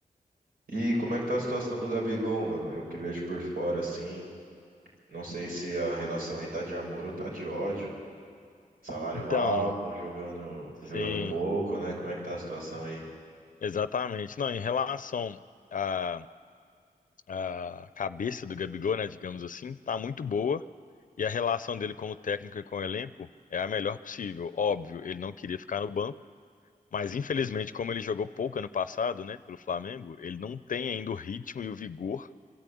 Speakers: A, on the right (about 90°); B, on the left (about 60°).
A: E como é que tá a situação do Gabigol, mano? Eu que vejo por fora assim, não sei se a relação aí tá de amor ou tá de ódio. Salário
B: Então,
A: alto, jogando,
B: sim,
A: jogando pouco, né? Como é que tá a situação aí?
B: exatamente. Não, em relação à, à cabeça do Gabigol, né? Digamos assim, tá muito boa. E a relação dele como técnico e com o elenco é a melhor possível. Óbvio, ele não queria ficar no banco, mas infelizmente, como ele jogou pouco ano passado, né, pelo Flamengo, ele não tem ainda o ritmo e o vigor